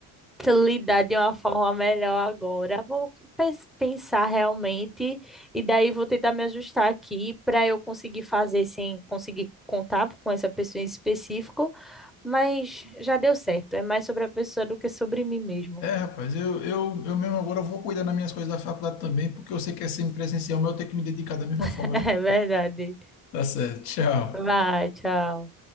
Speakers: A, in the centre; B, on the left.
A: te lidar de uma forma melhor agora. Vou pes- pensar realmente e daí vou tentar me ajustar aqui para eu conseguir fazer sem conseguir contar com essa pessoa em específico Mas já deu certo. É mais sobre a pessoa do que sobre mim mesmo.
B: É, rapaz, eu, eu, eu mesmo agora vou cuidar das minhas coisas da faculdade também, porque eu sei que é semipresencial, mas eu tenho que me dedicar da mesma
A: <laughs>
B: forma, viu?
A: É verdade.
B: Tá certo, tchau.
A: Vai, tchau.